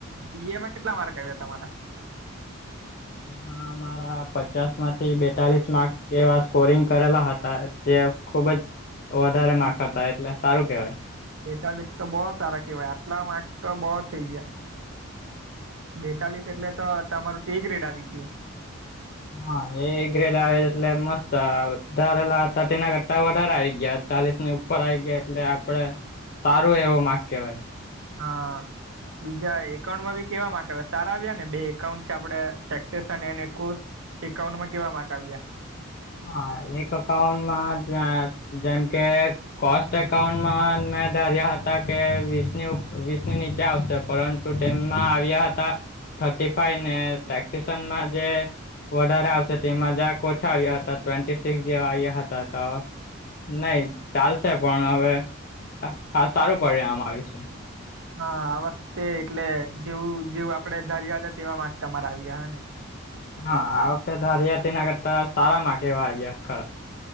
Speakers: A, on the right (about 60°); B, on the left (about 45°).
A: બીએ માં કેટલા માર્ક આવ્યા તમારા
B: બીએ માં મારા પચાસ માંથી બેતાલીસ માર્ક એવા સ્કોરિંગ કરેલા હતા તે ખુબ જ વધારે માકૅ હતા એટલે સારું કેવાય
A: બેતાલીસ તો બહુ સારા કેવાય આટલા માર્ક તો બહુ થઇ ગયા બેતાલીસ એટલે તો તમારું તો સી ગ્રેટ આવી ગયું
B: હા એ ગ્રેડ આવે એટલે મસ્ત વધારેલા થટી ના કરતા વધારે આવી ગયા ચાલીસ ની ઉપર આઈ ગયા એટલે આપડે સારું એવું માકૅ કવાય
A: હા. બીજા એકાઉન્ટમાં બી કેવા માકૅ આવે સારા આવ્યા ને બે એકાઉન્ટ છે આપડે ટેક્સેેશન એને એકાઉન્ટમાં કેવા માટે માકૅ આવ્યા
B: હા એક અકાઉન્ટમાં જેમ કે કોસ્ટ એકાઉન્ટમાં મેં ધાર્યા હતા કે વીસની ઉપર વીસની નીચે આવશે પરંતુ મમાં આવ્યા હતા થર્ટી ફાઈ ને ટેક્સસનમાં જે વધારે આવશે તેમાં જારક ઓછા આવ્યા હતા ટ્વેન્ટી સિક્સ જે વા હતા તો નહી ચાલશે પણ હવે હા સારું પરીણામ આવી છે
A: હા આ વખતે એટલે જેવું જેવું આપડે ધાર્યા હતા તેવા માકૅ તમારે આવ્યા હા ને
B: હા આ વખતે ધારિયા તેના કરતા સારા માકૅ કેવા અભ્યાસ ખરા